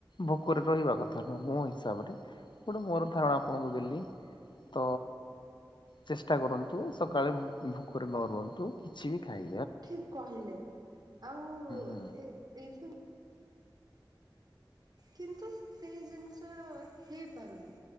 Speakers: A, on the left (about 65°); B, on the right (about 50°).
A: ଭୋକରେ ରହିବା କଥା ନୁହଁ ମୋ ହିସାବରେ ଗୋଟେ ମୋର ଧାରଣା ଆପଣଙ୍କୁ ଦେଲି। ତ ଚେଷ୍ଟା କରନ୍ତୁ ସକାଳେ ଭୋକରେ ନ ରୁହନ୍ତୁ କିଛି ବି ଖାଇ
B: ଠିକ କହିଲେ। ଆଉ
A: ହୁଁ।
B: ଏ ଏଇ ସବ୍ କିନ୍ତୁ ସେହି ଜିନିଷ ହେଇପାରୁନି।